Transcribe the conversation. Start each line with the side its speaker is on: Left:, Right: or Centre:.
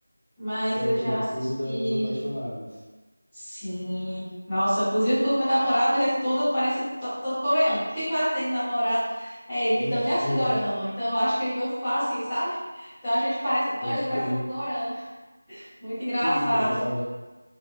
Centre: mas
Left: Isso
Centre: eu
Left: é o quê?
Centre: já
Left: É do
Centre: assisti.
Left: Clube da- das Apaixonadas.
Centre: Sim. Nossa, inclusive que o meu namorado ele é todo, parece to- todo coreano. Porque imaginei do namorado é ele que
Left: <laughs>
Centre: também assiste dorama. Então eu acho que ele é meu ficou assim, sabe? Então a gente parece. Nós
Left: Pode
Centre: dois
Left: crer.
Centre: parecendo um dorama. Muito engraçado.
Left: Que lindo, da hora.